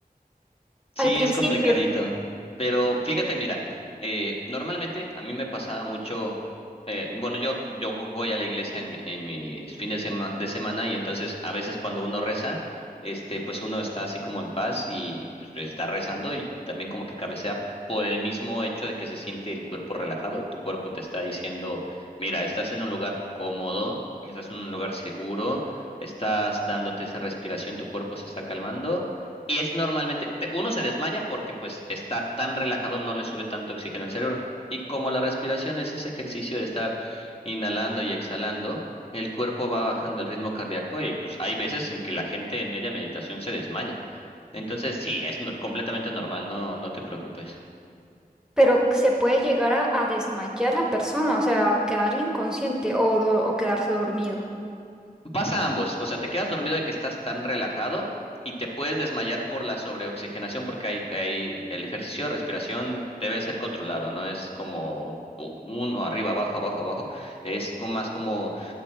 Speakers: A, on the left; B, in the centre.
A: Sí,
B: al principio,
A: es complicadito. Pero fíjate, mira, eh, normalmente a mí me pasaba mucho, eh, bueno, yo, yo voy a la iglesia en, mi- en mis fines de, sema- de semana y entonces a veces cuando uno reza, este, pues uno está así como en paz y pues, está rezando y, y también como que cabecea por el mismo hecho de que se siente el cuerpo relajado. Tu cuerpo te está diciendo, mira, estás en un lugar cómodo, estás en un lugar seguro, estás dándote esa respiración, tu cuerpo se está calmando y es normalmente, te- uno se desmaya porque pues está tan relajado, no le sube tanto oxígeno al cerebro. Y como la respiración es ese ejercicio de estar inhalando y exhalando, el cuerpo va bajando el ritmo cardíaco y pues hay veces en que la gente en media meditación se desmaya. Entonces sí, es no- completamente normal, no, no te preocupes.
B: pero se puede llegar a, a desmayar la persona, o sea, quedar inconsciente o, do- o quedarse dormido.
A: Pasa ambos, o sea, te quedas dormido de que estás tan relajado y te puedes desmayar por la sobreoxigenación porque hay, hay- el ejercicio de respiración debe ser controlado, no es como u- uno arriba, abajo, abajo, abajo, es como más como